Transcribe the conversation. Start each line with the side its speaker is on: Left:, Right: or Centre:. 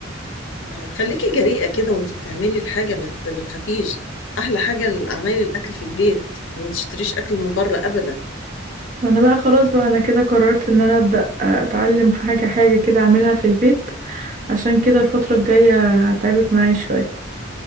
Left: آه، خليكي جريئه كده وانت بتعملي الحاجه ما ت- ما تخافيش احلى حاجه عمايل الاكل في البيت وما تشتريش اكل من بره ابدا
Right: ما انا بقى خلاص بقى انا كده قررت ان انا ابدا اتعلم حاجه حاجه كده اعملها في البيت عشان كده الفتره الجايه هتعبك معايا شويه